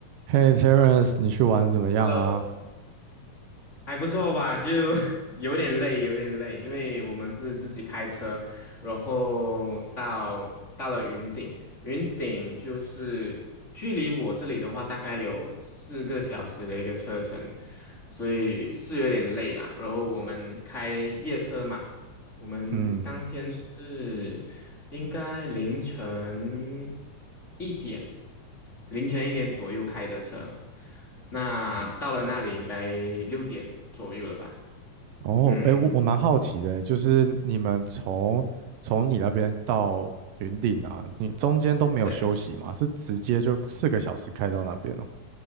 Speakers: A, on the right (about 85°); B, on the left (about 20°).
A: 嘿，Terence，你去玩的怎么样啊？
B: Hello，还不错吧？就 <laughs> 有点累，有点累，因为我们是自己开车，然后到到了云顶，云顶就是距离我这里的话，大概有四个小时的一个车程，所以是有点累啦。然后我们开夜车嘛。我们当天是应该凌晨
A: 嗯，
B: 一点，凌晨一点左右开的车，那到了那里应该六点左右了吧？
A: 哦，
B: 嗯。
A: 哎，我我蛮好奇的，就是你们从从你那边到云顶啊，你中间都没有休息吗？
B: 对。
A: 是直接就四个小时开到那边哦？